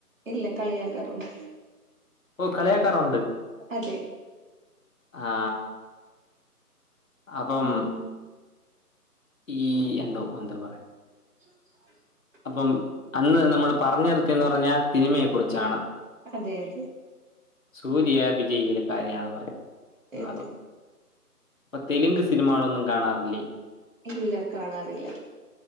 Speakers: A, on the right (about 55°); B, on the left (about 55°).
A: ഇല്ല കളിയാക്കാറുണ്ട്
B: ഓ കളിയാക്കാറുണ്ട്
A: അതെ
B: ആ അപ്പം
A: ഉം
B: ഈ എന്തോ എന്താ പറയാ
A: <inaudible>
B: അപ്പം അന്ന് നമ്മൾ പറഞ്ഞ് നിർത്തിയെന്ന് പറഞ്ഞാ സിനിമയെ കുറിച്ചാണ്
A: അതെ അതെ
B: സൂര്യ വിജയി ഇങ്ങനെ കാര്യാണ് പറയുന്നത്
A: അതെ അതെ
B: അപ്പൊ തെലുങ്ക് സിനിമകളൊന്നും കാണാറില്ലേ
A: ഇല്ല കാണാറില്ല